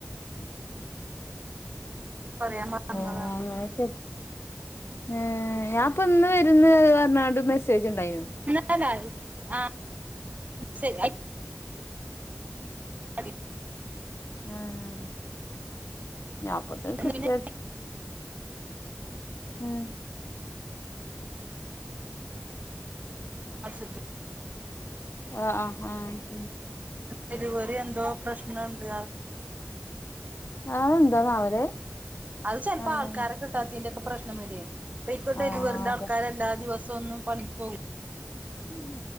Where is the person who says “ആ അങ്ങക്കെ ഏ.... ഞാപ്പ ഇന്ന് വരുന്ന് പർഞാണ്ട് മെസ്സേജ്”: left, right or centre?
Left